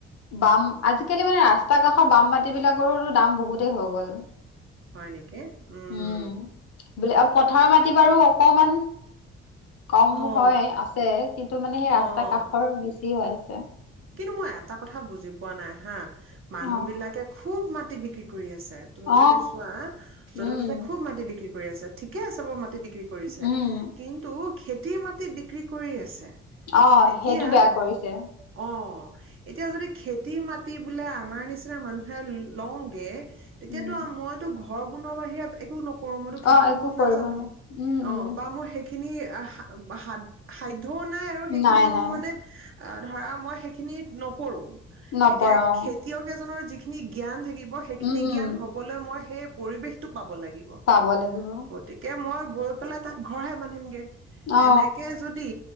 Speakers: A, on the left; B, on the right.
A: বাম, আজিকালি মানে ৰাস্তা কাষৰ বাম মাটি বিলাকৰৰো দাম বহুতেই হৈ গ'ল।
B: হয় নেকি? উমম।
A: উম বোলে পথাৰৰ মাটি বাৰু অকমান। কম
B: অ',
A: হয় আছে কিন্তু মানে সেই
B: অ',
A: ৰাস্তা কাষৰ বেছি হয় আছে।
B: কিন্তু মই এটা কথা বুজি পোৱা নাই হা। মানুহ
A: অ
B: বিলাকে খুব মাটি বিক্ৰী কৰি আছ <unintelligible> তুমি
A: অ
B: যদি চোৱা য'তে
A: উম
B: ত'তে খুব মাটি বিক্ৰী কৰি আছে ঠিকে আছে বাৰু মাটি বিক্ৰী <unintelligible> কৰিছে
A: উম
B: কিন্তু খেতিৰ মাটি বিক্ৰী কৰি আছে।
A: অ'
B: এতিয়া
A: সেইটো বেয়া কৰিছে।
B: অ', এতিয়া যদি খেতিৰ মাটি বোলে আমাৰ নিচিনা মানুহে লওঁগে তেতিয়াতো
A: উম
B: আ মইতো ঘৰ বনোৱাৰ বাহিৰে একো ন কৰো মইতো খেতি
A: অ
B: কৰিব
A: একো
B: নাজানো,
A: নোৱাৰি উম
B: অ'
A: উম
B: বা মোৰ <unintelligible> ঢৌ নাই আৰু সেইখিনি
A: নাই
B: মোৰ
A: নাই
B: মানে আধাৰৰ মই সেইখিনিত নপৰো।
A: নপঢ়া
B: এতিয়া
A: অ
B: খেতিয়ক এজনৰ যি যিখিনি জ্ঞান থাকিব মই সেইখিনি
A: উম উম
B: জ্ঞান হ'বলৈ মই সেই পৰিৱেশটো <unintelligible> লাগিব,
A: পাব লাগিব
B: গতিকে মই গৈ পেলাই তাত ঘৰহে বান্ধিমগে।
A: অ
B: এনেকে যদি